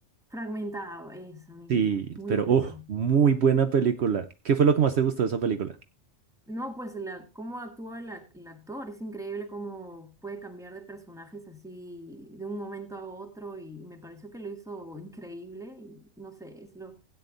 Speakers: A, in the centre; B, on the right (about 60°).
A: fragmentado, eso mismo,
B: Sí,
A: muy
B: pero
A: buena.
B: oh, muy buena película. ¿Qué fue lo que más te gustó de esa película?
A: No, pues la, cómo actúa el, ac- el actor, es increíble cómo puede cambiar de personajes así de un momento a otro y me pareció que lo hizo increíble y no sé, es lo...